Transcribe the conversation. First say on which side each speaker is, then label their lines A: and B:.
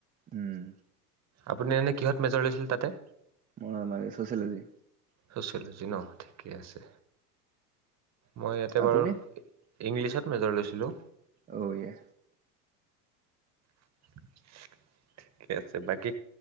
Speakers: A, on the right (about 20°); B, on the right (about 35°).
A: উম।
B: আপুনি এনে কিহত মেজৰ লৈছিলে তাতে।
A: ম মানে ছোচিয়েলজি।
B: ছচিয়েলজি ন ঠিকেই আছে। মই ইয়াতে
A: আপুনি
B: বাৰু ইংলিছত মেজৰ লৈছিলোঁ।
A: অ' ইয়া
B: <unintelligible> ঠিকে আছে বাকী